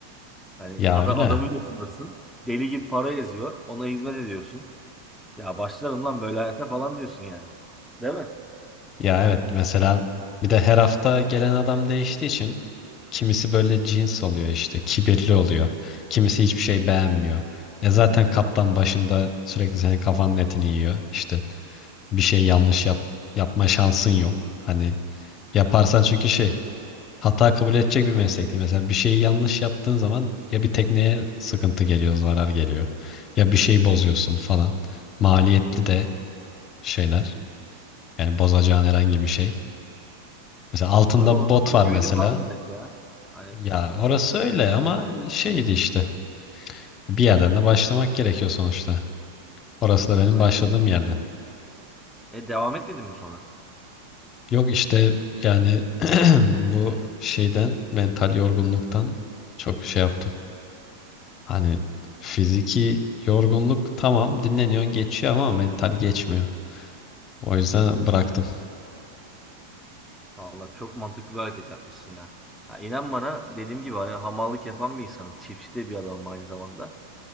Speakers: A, in the centre; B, on the left.
A: Hani
B: Ya
A: ada,
B: öyle.
A: adamın yatındasın. Deli gibi para eziyor. Ona hizmet ediyorsun. Ya başlarım lan böyle hayata falan diyorsun yani. Değil mi?
B: Ya evet mesela bir de her hafta gelen adam değiştiği için kimisi böyle cins oluyor işte kibirli oluyor. Kimisi hiçbir şey beğenmiyor. E zaten kaptan başında sürekli senin kafanın etini yiyor işte. bir şey yanlış yap yapma şansın yok. Hani yaparsan çünkü şey hata kabul edecek bir meslek değil. Mesela bir şeyi yanlış yaptığın zaman ya bir tekneye sıkıntı geliyor, zarar geliyor. Ya bir şeyi bozuyorsun falan. Maliyetli de şeyler. Yani bozacağın herhangi
A: E,
B: bir şey. Mesela altında
A: Abi o
B: bot
A: zaman
B: var
A: güvenip
B: mesela.
A: almayacak ya. Hani
B: Ya orası öyle ama şeydi işte. Bir yerden de başlamak gerekiyor sonuçta. Orası da benim
A: aynen.
B: başladığım yerde.
A: E devam etmedin mi sonra?
B: Yok işte yani <clears throat> bu şeyden mental yorgunluktan çok şey yaptım. Hani fiziki yorgunluk tamam dinleniyorsun geçiyor ama mental geçmiyor. O yüzden bıraktım.
A: Vallahi çok mantıklı bir hareket yapmışsın ya. Ha, inan bana dediğim gibi hani hamallık yapan bir insanım. Çiftçi de bir adamım aynı zamanda.